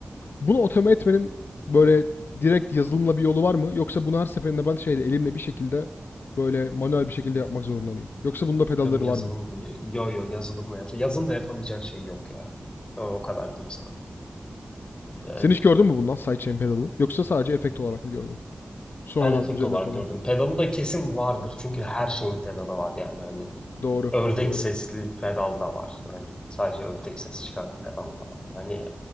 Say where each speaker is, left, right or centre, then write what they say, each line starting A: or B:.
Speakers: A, on the left (about 85°); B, on the left (about 25°).
A: Bunu otomatik etmenin böyle direkt yazılımla bir yolu var mı? Yoksa bunu her seferinde ben şeyle elimle bir şekilde böyle manuel bir şekilde yapmak zorunda mıyım? Yoksa bunda pedalları
B: Canım yazılım
A: var mı?
B: yo yo yazılımla yap. Yazılımla yapamayacağın şey yok ya. O, o kadar diyeyim sana. Yani.
A: Sen hiç gördün mü bundan sidechain pedalı? Yoksa sadece efekt olarak mı gördün? Sonradan
B: Ben efekt
A: üzerine
B: olarak
A: konu.
B: gördüm. Pedalı da kesin vardır. Çünkü her şeyin pedalı var yani hani.
A: Doğru,
B: Ördek
A: doğru.
B: sesli pedal da var. Hani sadece ördek sesi çıkaran pedal da var. Hani